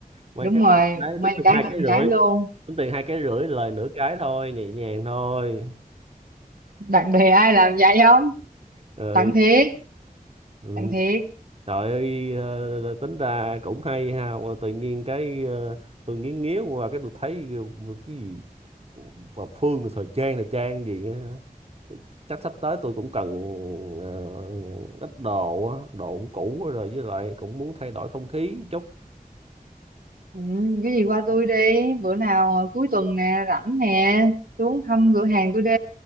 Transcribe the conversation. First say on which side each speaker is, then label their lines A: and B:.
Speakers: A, on the right; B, on the right.
A: mang
B: đúng
A: cái
B: rồi
A: tặng cái
B: may
A: tính
B: một
A: tiền
B: cái
A: hai
B: tặng
A: cái
B: một
A: rưỡi
B: cái luôn
A: tính tiền hai cái rưỡi lời nửa cái thôi nhẹ nhàng thôi
B: bạn bè ai làm vậy không
A: ừ,
B: tặng thiệt
A: ừ.
B: tặng thiệt
A: trời ơi ờ, ờ, tính ra cũng hay ha mà tự nhiên cái ờ, tôi nghiến nghiến qua cái tôi thấy cái gì và Phương thời trang thời trang gì á. chắc sắp tới tôi cũng cần ờ, ít đồ á, đồ cũng cũ quá rồi với lại cũng muốn thay đổi không khí chút
B: Ừ, cái gì qua tôi đi bữa nào ờ, cuối tuần nè rảnh nè xuống thăm cửa hàng tôi đi